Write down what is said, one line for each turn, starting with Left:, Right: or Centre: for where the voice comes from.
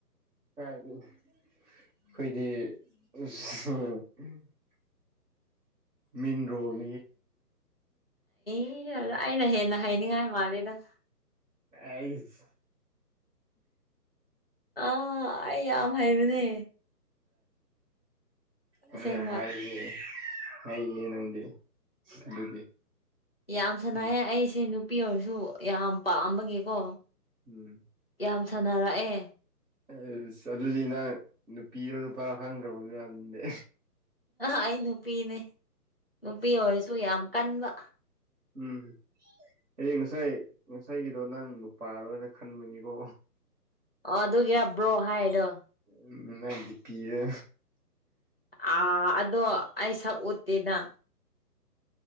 Right: ꯀꯥꯏꯗꯩꯩ ꯑꯩꯈꯣꯏꯗꯤ <unintelligible> ꯃꯤꯟ ꯔꯣꯜ
Left: ꯏ ꯑꯩꯅ ꯍꯦꯟꯅ ꯍꯥꯏꯅꯤꯡꯉꯥꯏ ꯃꯥꯜꯂꯦꯗ
Right: ꯑꯩꯁ
Left: ꯑꯥ ꯑꯩ ꯌꯥꯝ ꯍꯩꯕꯅꯦ꯫
Right: ꯑ
Left: ꯑꯁꯦꯡꯕ
Right: <unintelligible> ꯌꯥꯝ ꯍꯥꯏ ꯍꯩꯅꯤ ꯅꯪꯗꯤ ꯑꯗꯨꯗꯤ
Left: ꯌꯥꯝ ꯁꯅꯌꯦ
Right: ꯎꯝ
Left: ꯑꯩꯁꯦ ꯅꯨꯄꯤ ꯑꯣꯏꯔꯁꯨ ꯌꯥꯝ ꯄꯥꯝꯕꯒꯤꯀꯣ
Right: ꯎꯝ
Left: ꯌꯥꯝ ꯁꯥꯟꯅꯔꯛꯑꯦ
Right: ꯑꯁ ꯑꯗꯨꯗꯤ ꯅꯪ ꯅꯨꯄꯤꯔꯣ ꯅꯨꯄꯥꯔꯣ ꯈꯪꯗ꯭ꯔꯕꯒꯤ ꯋꯥꯅꯤꯅꯦ
Left: ꯑꯩ ꯅꯨꯄꯤꯅꯦ ꯅꯨꯄꯤ ꯑꯣꯏꯔꯁꯨ ꯌꯥꯝ ꯀꯟꯕ
Right: ꯎꯝ ꯑꯩ ꯉꯁꯥꯏ ꯉꯁꯥꯏꯒꯤꯗꯣ ꯅꯪ ꯅꯨꯄꯥꯔꯣꯅ ꯈꯟꯕꯅꯤꯀꯣ
Left: ꯑꯣ ꯑꯗꯨꯒꯤꯔ ꯕ꯭ꯔꯣ ꯍꯥꯏꯗꯣ
Right: ꯎꯝ ꯅꯪꯒꯤ ꯗꯤꯄꯤꯗ
Left: ꯑꯥ ꯑꯗꯣ ꯑꯩ ꯁꯛ ꯎꯠꯇꯦꯗ